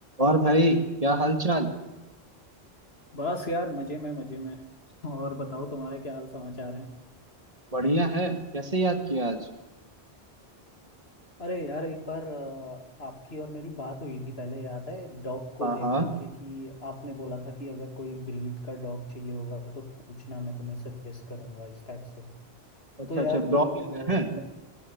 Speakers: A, on the right; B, on the left.
A: और भाई क्या हाल चाल
B: बस यार मजे में मजे में और बताओ तुम्हारे क्या हाल समाचार हैं
A: बढ़िया है कैसे याद किया आज
B: अरे यार एक बार अ, आपकी और मेरी बात हुई थी पहले याद है डॉग को
A: हाँ
B: लेकर
A: हाँ
B: के कि आपने बोला था कि अगर कोई ब्रीड का डॉग चाहिए होगा तो पूछना मैं तुम्हें सजेस्ट करूंगा इस टाइप से
A: अच्छा
B: तो यार
A: अच्छा
B: अ, मैं
A: ब्लॉग लेना है